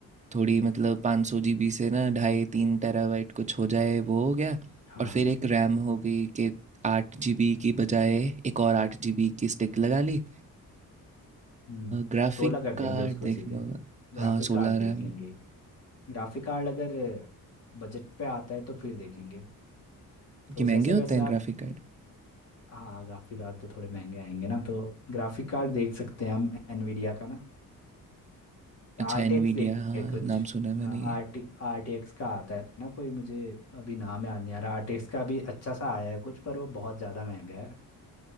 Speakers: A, on the right; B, on the left.
A: थोड़ी मतलब पाँच सौ जी बी से ना ढाई तीन टेराबाइट कुछ हो जाए वो हो गया
B: हाँ
A: और फिर एक रैम हो गई कि आठ जी बी की बजाय एक और आठ जी बी की स्टिक लगा ली
B: हम्म
A: ग्राफिक
B: सोलह कर देंगे
A: कार्ड
B: उसको
A: देखना
B: सीधे
A: होगा
B: ग्राफिक
A: हाँ सोलह
B: कार्ड देख
A: रैम
B: लेंगे ग्राफिक कार्ड अगर बजट पे आता है तो फिर देखेंगे प्रोसेसर
A: कि महंगे होते
B: वैसे
A: हैं
B: आप
A: ग्राफिक कार्ड
B: हाँ ग्राफिक कार्ड तो थोड़े महंगे आएंगे ना तो ग्राफिक कार्ड देख सकते हैं हम एनवीडिया का ना
A: अच्छा
B: आर
A: एनवीडिया
B: टी एक्स देख लेंगे
A: हाँ
B: कुछ
A: नाम सुना है मैंने
B: आर
A: ये
B: टी आर टी एक्स का आता है ना कोई मुझे अभी नाम याद नहीं आ रहा आर टी एक्स का भी अच्छा सा आया है कुछ पर वो बहुत ज़्यादा महंगा है